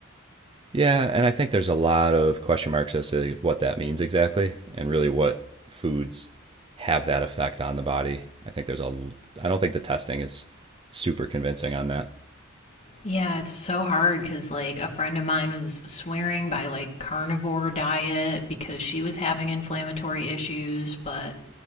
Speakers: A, on the right (about 25°); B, on the left (about 35°).
A: Yeah, and I think there's a lot of question marks as to what that means exactly and really what foods have that effect on the body. I think there's a l- I don't think the testing is super convincing on that.
B: Yeah, it's so hard because, like, a friend of mine was swearing by, like, carnivore diet because she was having inflammatory issues. But